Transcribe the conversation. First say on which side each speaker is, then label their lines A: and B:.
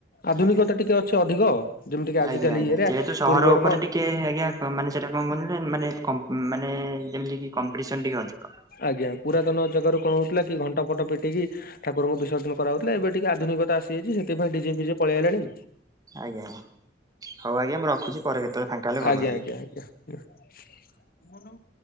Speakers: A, on the left (about 55°); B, on the right (about 20°).
A: ଆଧୁନିକତା
B: ଆଜ୍ଞା
A: ଟିକେ ଅଛି ଅଧିକ ଯେମିତିକି ଆଜିିକାଲି
B: ଆଜ୍ଞା ଆଜ୍ଞା
A: ଇଏରେ
B: ଯେହେତୁ ସହର
A: ପୂର୍ବରଙ୍କ
B: ଉପରେ ଟିକେ ଆଜ୍ଞା ମାନେ ସେଟା କଣ କ ମାନେ ମାନେ ଯେମିତିକି କମ୍ପିଟିସନ ଟିକେ ଅଧିକ।
A: ଆଜ୍ଞା ପୁରାତନ ଜାଗାରୁ କଣ ହଉଥିଲା କି ଘଣ୍ଟ ଫଟ ପିଟିକି ଠାକୁରଙ୍କୁ ବିସର୍ଜନ କରାହଉଥିଲା, ଏବେ ଟିକେ ଆଧୁନିକତା ଆସିଯାଇଛି, ସେଥିପାଇଁ ଡିଜେ ଫିଜେ କରାଗଲାଣି।
B: ଆଜ୍ଞା, ହଉ ଆଜ୍ଞା ମୁଁ ରଖୁଛି, ପରେ କେତେବେଳେ ଫାଙ୍କା ହେଲେ କଲ
A: ଆଜ୍ଞା
B: କରିବି।
A: ଆଜ୍ଞା <unintelligible>